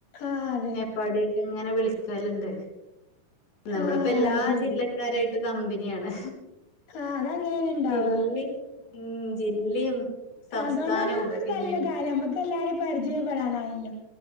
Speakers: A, on the left; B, on the left.
A: ആഹ് അതെ
B: പാടെക്കെ ങ്ങനെ വിളിക്കല്ണ്ട് നമ്മള്പ്പോ
A: ആഹ്
B: എല്ലാ
A: അത് ശരി
B: ജില്ല ക്കാരായിട്ട് കമ്പനിയാണ്
A: ആഹ് അതങ്ങനെന്നെണ്ടാവാ
B: ജില്ലയും ഉം ജില്ലയും സംസ്ഥാനവും
A: അതോണ്ടതൊരു
B: പിന്നെ
A: നല്ല കാര്യാ മ്മക്കെല്ലാരിം പരിചയപ്പെടാനായെല്ലോ